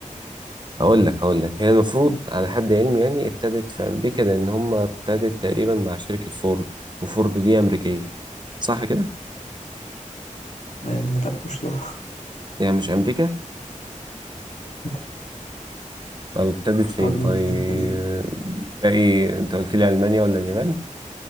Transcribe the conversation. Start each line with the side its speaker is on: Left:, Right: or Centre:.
Right: اقول لك اقول لك هي المفروض على حد علمي يعني ابتدت في امريكا لان هم ابتدت تقريبا مع شركة فورد وفورد دي امريكية صح كده
Left: آه لا مش صح
Right: يعني مش امريكا
Left: <laughs>
Right: طب ابتدت
Left: اختار
Right: فين
Left: من
Right: طيب
Left: الاثنين التانيين
Right: باقي انت قلت لي المانيا ولا اليابان